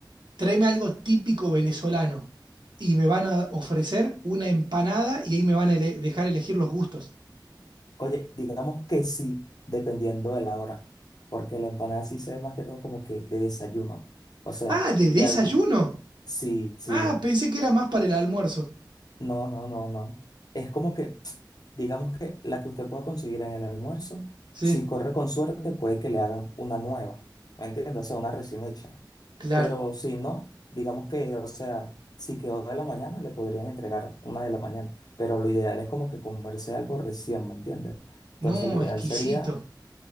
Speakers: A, on the right; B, on the left.
A: tráeme algo típico venezolano y me van a ofrecer una empanada y ahí me van a ele- dejar elegir los gustos.
B: Oye, digamos que sí, dependiendo de la hora, porque la empanada sí se ve más que todo como que de desayuno, o sea,
A: Ah, de desayuno.
B: de alm- Sí, sí.
A: Ah, pensé que era más para el almuerzo.
B: No, no, no, no. Es como que, <tsk> digamos que la que usted pueda conseguir en el almuerzo,
A: Sí,
B: si corre con suerte, puede que le hagan una nueva, ¿me entiendes? O sea, una recién hecha.
A: claro.
B: Pero si no, digamos que, o sea, si quedó de la mañana, le podrían entregar una de la mañana. Pero lo ideal es como que comerse algo recién, ¿me entiendes? Entonces,
A: No,
B: lo ideal
A: exquisito.
B: sería,